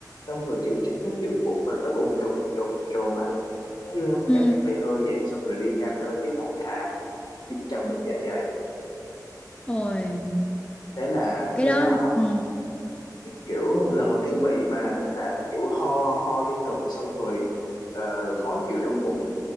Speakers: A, on the left (about 65°); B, on the left (about 15°).
A: xong rồi kiểu cảm thấy kiểu bụng mình mới buồn chồn buồn chồn buồn chồn á cái dương nó mới
B: ừ.
A: cảm giác đầy hơi vậy xong rồi đi khám ta mới biết là à dính trong ngực dạ dày
B: Ôi
A: thế là
B: cái
A: thế
B: đó
A: là họ
B: ừ
A: kiểu lần đầu tiên bị mà nên là kiểu ho ho liên tục xong rồi ờ, khó chịu trong bụng